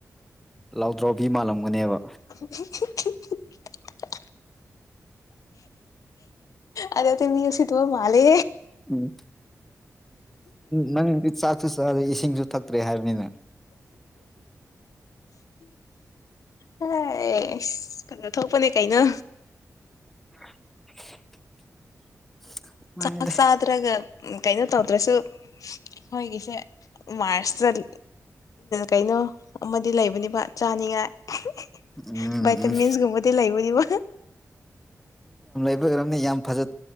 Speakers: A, in the centre; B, on the left.
A: ꯂꯥꯎꯗ꯭ꯔꯥꯎꯕꯤ ꯃꯥꯜꯂꯝꯒꯅꯦꯕ
B: <inaudible> ꯑꯗꯦ ꯑꯇꯩ ꯃꯤ ꯑꯁꯤꯁꯤ ꯊꯕ ꯃꯥꯂ
A: ꯎꯝ ꯅꯪ ꯆꯥꯛꯁꯨ ꯆꯦ ꯏꯁꯤꯡꯁꯨ ꯊꯛꯇ꯭ꯔꯦ ꯍꯥꯏꯕꯅꯤꯅ
B: ꯍ ꯀꯩꯅꯣ ꯊꯣꯛꯄꯅꯦ ꯀꯩꯅꯣ
A: <inaudible> ꯃꯥꯅꯦꯗ
B: ꯆꯥꯛ ꯆꯥꯗ꯭ꯔꯒ ꯀꯩꯅꯣ ꯇꯧꯗ꯭ꯔꯁꯨ ꯍꯣꯏꯒꯁꯦ ꯃꯥꯔꯁꯇꯠ ꯀꯩꯅꯣ ꯑꯃꯗꯤ ꯂꯩꯕꯅꯤꯕ ꯆꯥꯅꯤꯡꯉꯥꯏ
A: ꯎꯝ
B: ꯏꯇ
A: ꯎꯝ
B: ꯃꯁ ꯨꯃꯗ ꯂꯕꯅꯤꯕ
A: ꯍꯥꯏꯕꯝꯅ ꯌꯥꯝ ꯐꯖ